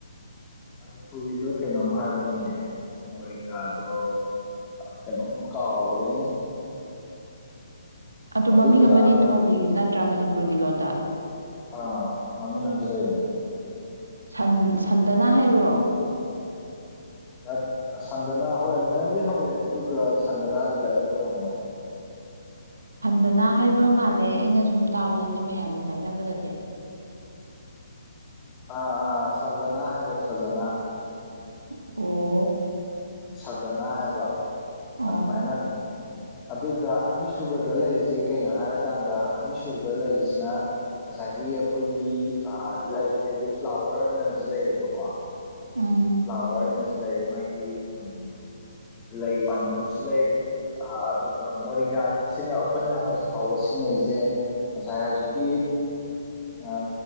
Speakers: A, on the left; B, on the right.
A: ꯃꯅꯤꯄꯨꯔꯒꯤꯗꯣ ꯀꯩꯅꯣꯝ ꯍꯥꯏꯕꯅꯤꯅꯦ ꯃꯔꯣꯡꯒꯥꯗꯣ ꯀꯩꯅꯣꯝ ꯀꯥꯎꯈ꯭ꯔꯦꯅꯦ
B: ꯑꯗꯨ
A: ꯑꯗꯨꯒ
B: ꯃꯃꯤꯡ ꯑꯃꯗꯤ ꯊꯣꯜꯂꯤ ꯅꯠ ꯑꯟꯇ꯭ꯔꯥ ꯃꯅꯤꯄꯨꯔꯒꯤ ꯂꯣꯟꯗ
A: ꯑꯥ ꯃꯃꯤꯡ ꯑꯃꯗꯤ ꯂꯩꯕꯅꯦ
B: ꯁꯟ ꯁꯟꯗꯅ ꯍꯥꯏꯕ꯭ꯔꯣ
A: ꯔꯠ ꯁꯟꯗꯅꯥ ꯍꯣꯏ ꯑꯗꯨꯃꯥꯏꯅꯗꯤ ꯍꯧꯋꯦꯕ ꯑꯗꯨꯒ ꯁꯟꯗꯅꯥꯗꯤ ꯗꯥꯏꯔꯦꯛ ꯑꯣꯏꯔꯝꯃꯣꯏ
B: ꯍꯟꯗꯅ ꯍꯥꯏꯕ ꯃꯥꯜꯂꯦ ꯑꯩꯅ ꯁꯨꯝ ꯇꯥꯕꯗꯗꯤ ꯃꯌꯥꯝꯅ ꯍꯥꯏꯅꯕꯗꯗꯤ
A: ꯑꯥ ꯑꯥ ꯁꯖꯅꯥ ꯍꯥꯏꯕ ꯁꯖꯅꯥ
B: ꯑꯣ
A: ꯁꯖꯅ ꯍꯥꯏꯕ
B: ꯑꯣ
A: ꯑꯗꯨꯃꯥꯏꯅ ꯑꯗꯨꯒ ꯑꯅꯤꯁꯨꯕꯗ ꯂꯩꯔꯤꯁꯦ ꯀꯩꯅꯣ ꯍꯥꯏꯔꯀꯥꯟꯗ ꯑꯅꯤꯁꯨꯕꯗ ꯂꯩꯔꯤꯁꯤꯅ ꯉꯁꯥꯏꯒꯤ ꯑꯩꯈꯣꯏꯒꯤ ꯑ ꯂꯩ ꯍꯥꯏꯗꯤ ꯐ꯭꯭ꯂꯥꯋꯔ ꯑꯣꯏꯅꯁꯨ ꯂꯩꯌꯦꯕꯀꯣ
B: ꯎꯝ
A: ꯐ꯭ꯥꯂꯋꯥ꯭ꯔ ꯂꯩ ꯃꯥꯒꯤ ꯎꯝ ꯂꯩ ꯄꯥꯟꯕ ꯑꯃꯁꯨ ꯂꯩ ꯑ ꯑꯗꯨꯒ ꯃꯣꯔꯤꯡꯒꯥꯗ ꯁꯤꯅ ꯑꯩꯈꯣꯏꯅ ꯍꯧꯖꯤꯛ ꯐꯥꯎꯕ ꯁꯤꯖꯤꯟꯅꯁꯦ ꯉꯁꯥꯏ ꯍꯧꯖꯤꯛꯀꯤ ꯑ